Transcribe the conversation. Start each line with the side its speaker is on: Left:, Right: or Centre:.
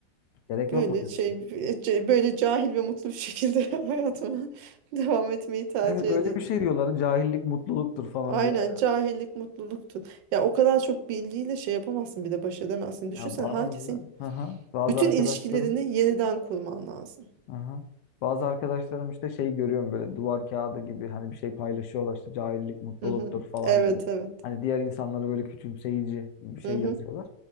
Left: Gerek
Right: Böyle
Left: yok mu diyorsun?
Right: şey <laughs> ce- böyle cahil ve mutlu bir şekilde <laughs> hayatıma devam etmeyi tercih
Left: Evet öyle
Right: ederim.
Left: bir şey diyorlar. Cahillik mutluluktur falan
Right: Aynen
Left: diyorlar ya.
Right: cahillik mutluluktu. Ya o kadar çok bilgiyle şey yapamazsın bir de baş edemezsin. Düşünsene
Left: Ya bazı
Right: herkesin
Left: hı hı, bazı
Right: bütün
Left: arkadaşlarım
Right: ilişkilerini yeniden kurman lazım.
Left: Aha. Bazı arkadaşlarım işte şey görüyorum böyle duvar kağıdı gibi hani bir şey paylaşıyorlar işte cahillik mutluluktur
Right: Hı hı.
Left: falan
Right: Evet
Left: gibi.
Right: evet.
Left: Hani diğer insanları böyle küçümseyici bir şey
Right: Hı hı.
Left: yazıyorlar.